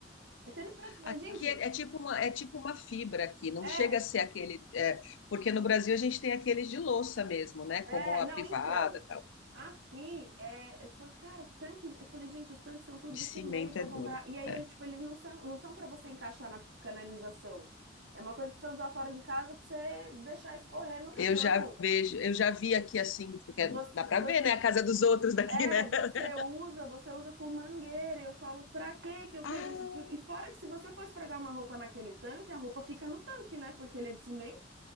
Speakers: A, on the right; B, on the left.
A: É tenebroso. Você fala,
B: Ah,
A: gente,
B: aqui é, é tipo uma, é tipo uma fibra aqui, não
A: é,
B: chega a ser aquele, é, porque no Brasil a gente tem aqueles de louça mesmo, né?
A: é,
B: Como a
A: não,
B: privada,
A: então.
B: tal.
A: Aqui é, eu falei, cara, tanque de... Eu falei, gente, os tanques são tudo
B: De
A: de
B: cimento
A: cimento pra
B: é
A: comprar.
B: duro.
A: E aí
B: É.
A: ele, tipo, eles não são, não são para você encaixar na canalização. É uma coisa pra você usar fora de casa pra você deixar escorrer no
B: Eu
A: chão.
B: já vejo, eu já vi aqui assim, porque
A: Você,
B: dá para
A: você,
B: ver, né? A casa dos outros daqui,
A: é,
B: né?
A: você
B: <laughs>
A: usa, você usa com mangueira. E eu falo, pra que que eu quero
B: Ah,
A: isso? Por- E fora que se você for esfregar uma roupa naquele tanque, a roupa fica no tanque, né? Porque ele é de cimento.